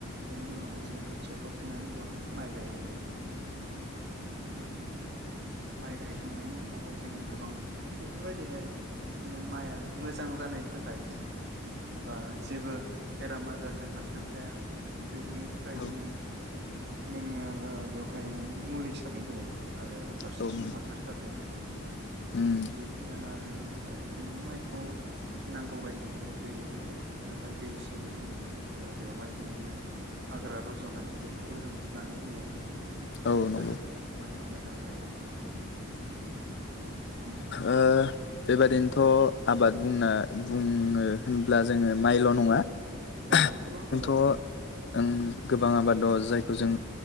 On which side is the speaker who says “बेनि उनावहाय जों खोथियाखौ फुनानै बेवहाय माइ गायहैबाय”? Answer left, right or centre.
Right